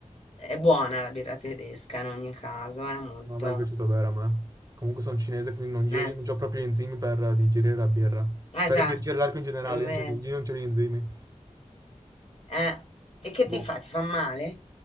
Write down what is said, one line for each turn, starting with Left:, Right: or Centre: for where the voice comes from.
Left: È buona la birra tedesca in ogni caso, è molto.
Right: Non è mai piaciuto bere a me. Comunque sono cinese, quindi non- io,
Left: Eh,
Right: io non ho proprio gli enzimi per digerire la birra.
Left: eh
Right: Per
Left: già,
Right: digerire l'alcol in generale,
Left: è vero.
Right: io non c'ho, io non c'ho gli enzimi.
Left: Eh. E che
Right: Boh.
Left: ti fa? Ti fa male?